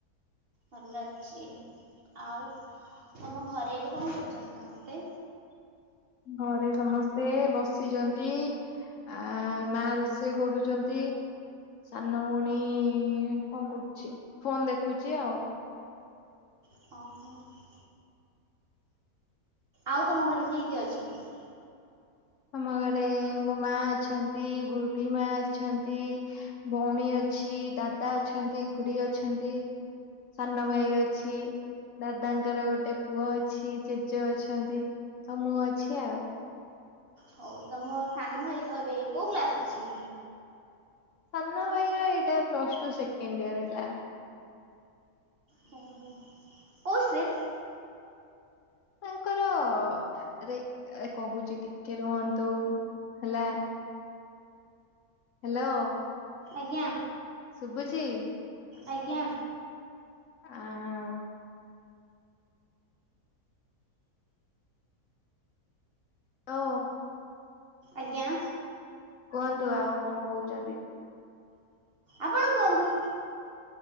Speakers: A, on the right; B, on the left.
A: ଭଲ ଅଛି ଆଉ ତମ ଘରେ ଏବେ କଅଁ କରୁଚନ୍ତି ସମସ୍ତେ?
B: ଘରେ ସମସ୍ତେ ବସିଛନ୍ତି ଆ ମା ରଷେଇ ସେଇ କରୁଚନ୍ତି ସାନ ଭଉଣୀ କଅଁ କରୁଛ ଫୋନ ଦେଖୁଚି ଆଉ।
A: ଅହ। ଆଉ ତମ ଘରେ କିଏ କିଏ ଅଛିନ୍ତି?
B: ଆମ ଘରେ ମୋ ମା ଅଛନ୍ତି ବୁଢୀ ମା ଅଛନ୍ତି ଭଉଣୀ ଅଛି ଦାଦା ଅଛନ୍ତି ଖୁଡି ଅଛନ୍ତି। ସାନ ଭାଇ ଅଛି। ଦାଦାଙ୍କର ଗୋଟେ ପୁଅ ଅଛି, ଜେଜେ ଅଛନ୍ତି, ତ ମୁୁ ଅଛି ଆଉ।
A: ହଉ ତମ ସାନ ଭାଇ ର ଏବେ କୋଉ କ୍ଲାସ ଅଛି?
B: ସନା ଭାଇର ଏଇଟା ପ୍ଲସ୍ ଟୁ ସେକେଣ୍ଡ ୟର୍ ହେଲା।
A: ହଁ ହୋଉ କୋଉ ଷ୍ଟ୍ରିମ୍?
B: ତାଙ୍କର ରେ କହୁଛି ଟିକେ ରୁହନ୍ତୁ ହେଲା ହ୍ୟାଲୋ।
A: ଆଜ୍ଞା।
B: ଶୁଭୁଛିି?
A: ଆଜ୍ଞା।
B: ଆଁ ହଁ। ହ। <unintelligible>
A: ଆଜ୍ଞା।
B: କୁହନ୍ତୁ ଆଉ କଅଁ କହୁଚନ୍ତି?
A: ଆପଣ କୁଅନ୍ତୁ?